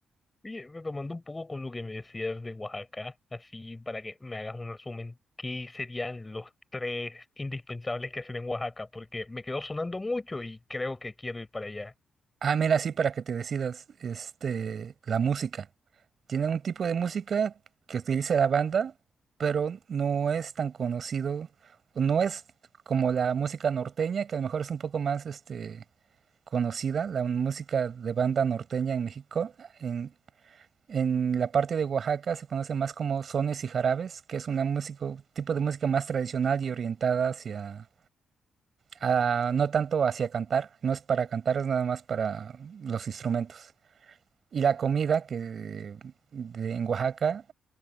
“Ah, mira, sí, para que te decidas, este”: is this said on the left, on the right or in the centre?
Right